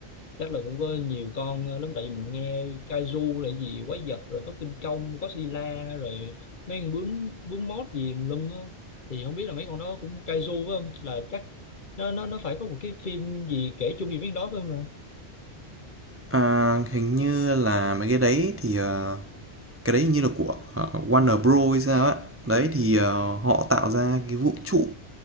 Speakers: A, on the left (about 50°); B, on the right (about 20°).
A: chắc là cũng có nhiều con lắm tại vì mình nghe Kaiju là gì quái vật rồi có kinh công có sila rồi mấy con bướm bướm mốt gì lum á thì không biết là mấy con đó cũng Kaiju phải không là chắc nó nó nó phải có một cái phim gì kể chung gì với con đó phải không ạ?
B: à, hình như là mấy cái đấy thì ờ, cái đấy hình như là của ờ, Warner Bros hay sao á đấy thì ờ, họ tạo ra cái vũ trụ